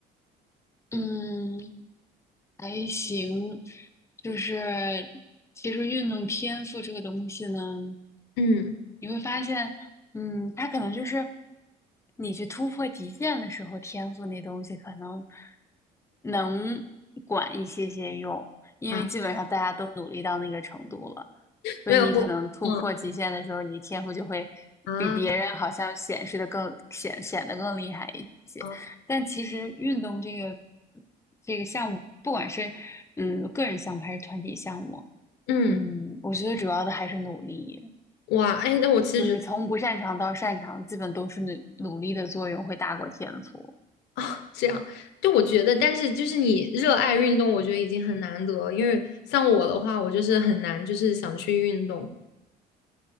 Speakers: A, on the left; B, on the left.
A: 嗯，还行，就是其实运动天赋这个东西呢，
B: 嗯，
A: 你会发现，嗯，它可能就是你去突破极限的时候，天赋那东西可能能管一些些用，因为基本上大家都努力到那个程度了，
B: 啊，
A: 所以你可能突破极限的时候，
B: 没有，嗯
A: 你天赋就会比别人好像显示的更显显得更厉害一些。
B: 啊啊，
A: 但其实运动这个这个项目，不管是嗯个人项目还是团体项目，
B: 嗯，
A: 嗯，我觉得主要的还是努力，
B: 哇，哎，那我其实觉得
A: 就是从不擅长到擅长，基本都是努努力的作用会大过天赋。
B: 啊，这样，就我觉得，但是就是你热爱运动，我觉得已经很难得了，因为像我的话，我就是很难，就是想去运动，